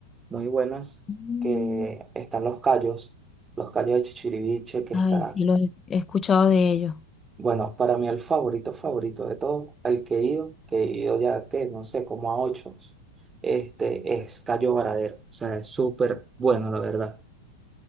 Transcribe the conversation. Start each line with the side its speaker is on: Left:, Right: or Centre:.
Right: muy buenas,
Left: Mm,
Right: que están los cayos, los cayos de Chichiriviche, que
Left: Ay,
Right: está
Left: sí, los he he escuchado de ellos.
Right: bueno, para mí el favorito, favorito de todos, el que he ido, que he ido ya que no sé, como a ocho, este es Cayo Varadero. O sea, es súper bueno, la verdad.